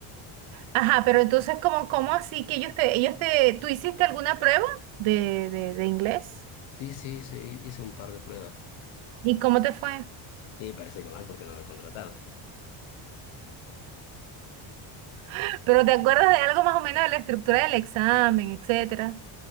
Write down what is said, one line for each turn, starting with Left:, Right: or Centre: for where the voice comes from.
Right: Ajá, pero entonces, ¿cómo, cómo así que ellos te, ellos te, tú hiciste alguna prueba de, de, de inglés?
Left: sí, sí, sí, hice un par de pruebas.
Right: ¿Y cómo te fue?
Left: Y parece que mal porque no me contrataron.
Right: <laughs> ¿Pero te acuerdas de algo más o menos de la estructura del examen, etcétera?